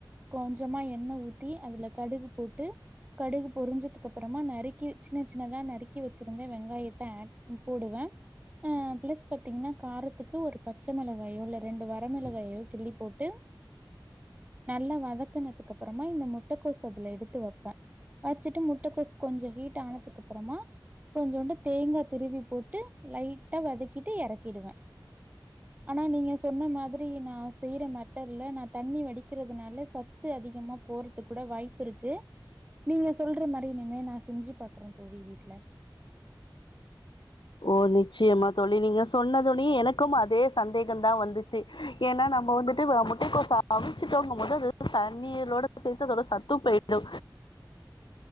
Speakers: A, on the right; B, on the left.
A: கொஞ்சமா எண்ண ஊத்தி அதுல கடுகு போட்டு கடுகு பொரிஞ்சதுக்கு அப்பறமா நறுக்கி சின்ன சின்னதா நறுக்கி வச்சிருந்த வெங்காயத்த ஆட் போடுவே ஆ பிளஸ் பாத்தீங்கன்னா காரத்துக்கு ஒரு பச்ச மிளகாயோ இல்ல ரெண்டு வர ரமிளகாயோ கிள்ளி போட்டு நல்லா வதக்குனதுக்கு அப்புறமா இந்த முட்டக்கோச அதுல எடுத்து வைப்பே வச்சுட்டு முட்டகோஸ் கொஞ்சோ ஹீட் ஆனதுக்கு அப்புறமா கொஞ்சோண்டு தேங்கா திருவி போட்டு லைட்ட வதக்கிட்டு எறக்கிடுவே ஆனா நீங்க சொன்ன மாதிரி நா செய்யற மெத்தடுல்ல நா தண்ணி வடிக்கிறதுனால சத்து அதிகமா போறது கூட வாய்ப்பு ப்பு இருக்கு நீங்க சொல்ற மாரி இனிமே நா செஞ்சு பாக்குறே தோழி வீட்டுல
B: ஓ நிச்சயமா தோழி நீங்க சொன்னதுனே எனக்கும் அதே சந்தேகம் தா வந்துச்சி ஏனா நம்ப வந்துட்டு வ முட்டைக்கோஸ அவிச்சிட்டோங்கும்போது அது தண்ணீரோட சேத்து அதோட சத்து போய்டு
A: <inaudible>